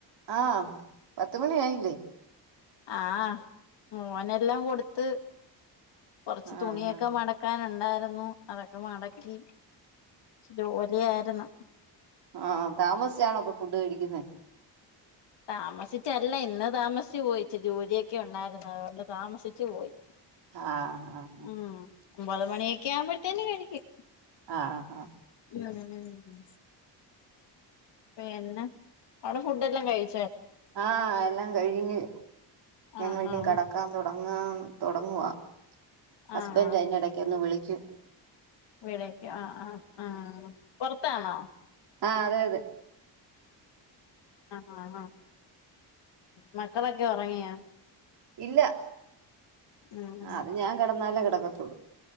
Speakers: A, on the right; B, on the left.
A: ആഹ് പത്ത് മണി ആയില്ലേ
B: ആഹ് മോനെല്ലാം കൊടുത്ത് കുറച്ച്
A: ആഹ്
B: തുണിയൊക്കെ മടക്കാണ്ടായിരുന്നു അതൊക്കെ മടക്കി ജോലിയായിരുന്നു
A: ആഹ താമസിച്ചാണ അപ്പൊ ഫുഡ് കഴിക്കുന്ന
B: താമസിച്ചല്ല ഇന്ന് താമസിച്ചച്ച് പോയിച്ച് ജോലിയൊക്കെ ഉണ്ടായിരുന്നു അതുകൊണ്ട് താമസിച്ചു പോയി
A: ആഹ ആഹ്ഹ
B: ഉം ഒമ്പത് മണിയൊക്കെ ആവുമ്പോഴത്തേന്നെ കഴിക്കും
A: ആഹ് ആഹ
B: ഉ ഉ പിന്നെ അവിടെ ഫുഡ് എല്ലാം കഴിച്ചു
A: ആഹ എല്ലാം കഴിഞ്ഞ് ഞങ്ങ
B: ആഹ്
A: ഇനും
B: ആഹ്
A: കിടക്കാൻ തുടങ്ങ അങ്ങ തുടങ്ങുവ ഹസ്ബൻഡ്
B: ആഹ്
A: അതിറെ ഇടക്ക് ഒന്ന് വിളിക്കും
B: വീണേക്ക് ആ ആ ആ പൊറത്താണോ
A: ആ അതെ അതെ
B: ആ ഉം മക്കളൊക്കെ ഉറങ്ങിയോ
A: ഇല്ല
B: ഉം
A: ആ
B: ഉം
A: അത് ഞാൻ കിടന്നാലേ കിടക്കത്തുള്ളു